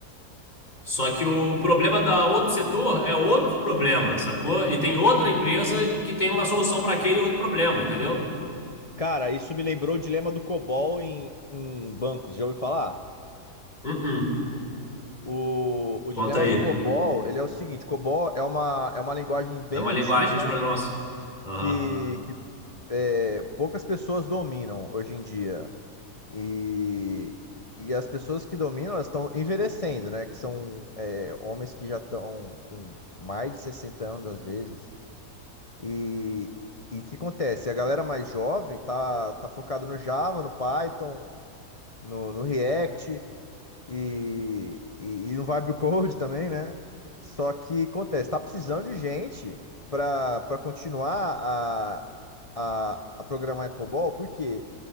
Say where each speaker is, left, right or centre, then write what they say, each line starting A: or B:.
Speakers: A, on the left (about 25°); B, on the left (about 45°).
A: Só que o problema da outro setor é outro problema, sacou? E tem outra empresa que tem uma solução para aquele outro problema, entendeu?
B: Cara, isso me lembrou o dilema do COBOL em, em bancos. Já ouviu falar?
A: Uh-uh.
B: O, o dilema
A: Conta aí.
B: do COBOL, ele é o seguinte, COBOL é uma, é uma linguagem bem
A: É uma
B: antiga
A: linguagem de programação. Aham,
B: que, que é, poucas pessoas dominam hoje em dia. E, e as pessoas que dominam, elas estão envelhecendo, né? Que são é, homens que já estão com mais de 60 anos, às vezes. E e o que acontece? A galera mais jovem tá, tá focada no Java, no Python, no, no React e, e, e no Vibe Code também, né? Só que acontece, tá precisando de gente para para continuar a, a, a programar em COBOL, porque